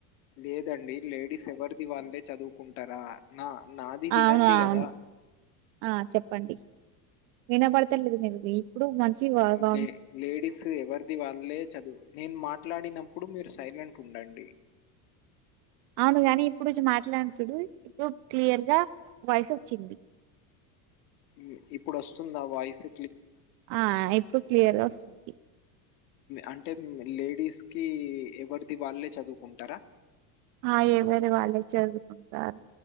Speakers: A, on the left (about 75°); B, on the right (about 65°).
A: లేదండి లేడీస్ ఎవరిది వాళ్ళే చదువుకుంటారా నా నాది వినండి
B: అవును. అవును.
A: కదా
B: ఆ చెప్పండి వినపడత లేదు మీది ఇప్పుడు మంచి వ వ
A: లే లేడీస్ ఎవరిది వాళ్ళే చదువు నేను మాట్లాడినప్పుడు మీరు సైలెంట్ ఉండండి.
B: అవునుగాని ఇప్పుడు చుమాట్లాడు చుడు ఇప్పుడు క్లియర్ గ వాయిస్ వచ్చింది
A: ఈ ఇప్పుడు వస్తుందా వాయిసు
B: ఆ ఇప్పుడు క్లియర్ గా వస్తుంది ఇ
A: అంటే లేడీస్ కి ఎవరిది వాళ్ళే చదువుకుంటారా
B: ఆ ఎవరి వాళ్ళే చదువుకుంటారు